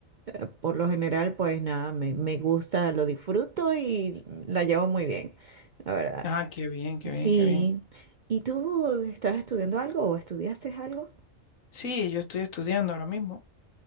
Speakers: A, on the right (about 60°); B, on the left (about 75°).
A: eh, por lo general, pues nada, me, me gusta, lo disfruto y la llevo muy bien, la verdad.
B: Ah, qué bien, qué bien,
A: Sí.
B: qué bien.
A: ¿Y tú estás estudiando algo o estudiaste algo?
B: Sí, yo estoy estudiando ahora mismo.